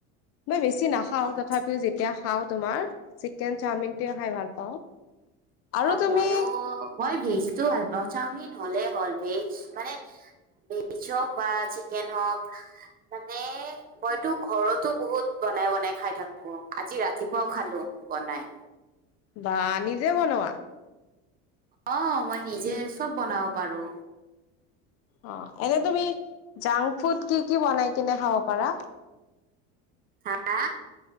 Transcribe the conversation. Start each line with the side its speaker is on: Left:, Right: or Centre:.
Left: মই বেছি নাখাও
Right: অ
Left: তথাপিও,
Right: আচ্ছা
Left: যেতিয়া খাও তোমাৰ চিকেন চাওমিনটোৱে খাই ভাল পাওঁ। আৰু
Right: অ',
Left: তুমি
Right: মইও মই ভেজ টো ভাল পাওঁ, চাওমিন হলে হ'ল ভেজ মানে ভেজ হওক বা চিকেন হওক মানে মইতো ঘৰতো বহুত বনাই বনাই খাই থাকো আজি ৰাতিপুৱাও খালো বনাই।
Left: বা নিজে বনোৱা?
Right: অ', মই নিজে চব বনাব পাৰো।
Left: অ', এনে তুমি জাংক ফুড কি কি বনাই কিনে খাব পাৰা?
Right: হা?